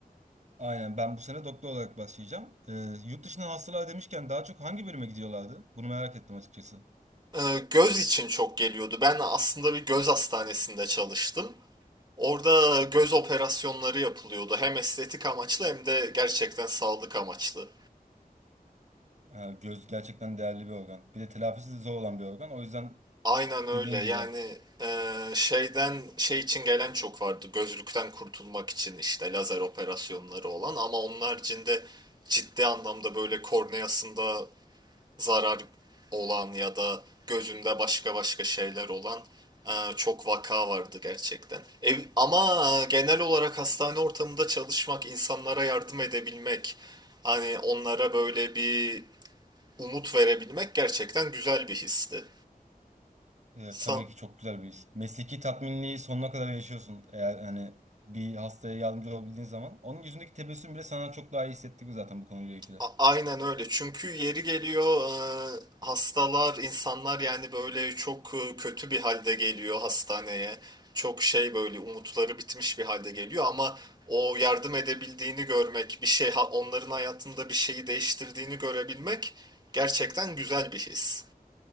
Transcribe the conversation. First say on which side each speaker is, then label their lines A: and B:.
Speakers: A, on the right (about 50°); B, on the right (about 30°).
A: Aynen, ben bu sene doktor olarak başlayacağım. Ee, yurt dışına hastalar demişken daha çok hangi bölüme gidiyorlardı? Bunu merak ettim açıkçası.
B: Ee, Göz için çok geliyordu. Ben aslında bir göz hastanesinde çalıştım. Orada göz operasyonları yapılıyordu. Hem estetik amaçlı hem de gerçekten sağlık amaçlı.
A: Ha, göz gerçekten değerli bir organ. Bir de telafisi de zor olan bir organ. O yüzden
B: Aynen öyle.
A: dediğin
B: Yani
A: gibi
B: e, şeyden şey için gelen çok vardı. Gözlükten kurtulmak için işte lazer operasyonları olan ama onun haricinde ciddi anlamda böyle korneasında zarar olan ya da gözünde başka başka şeyler olan e, çok vaka vardı gerçekten. Ev, ama e, genel olarak hastane ortamında çalışmak, insanlara yardım edebilmek, hani onlara böyle bir umut verebilmek gerçekten güzel bir histi.
A: e, tabii
B: Sa-
A: ki çok güzel bir his. Mesleki tatminliği sonuna kadar yaşıyorsun. Eğer hani bir hastaya yardımcı olabildiğin zaman. Onun yüzündeki tebessüm bile sana çok daha iyi hissettiriyor zaten bu konuyla ilgili.
B: A- Aynen öyle. Çünkü yeri geliyor e, hastalar, insanlar yani böyle çok e, kötü bir halde geliyor hastaneye. Çok şey böyle umutları bitmiş bir halde geliyor ama o yardım edebildiğini görmek, bir şey ha- onların hayatında bir şeyi değiştirdiğini görebilmek gerçekten güzel bir his.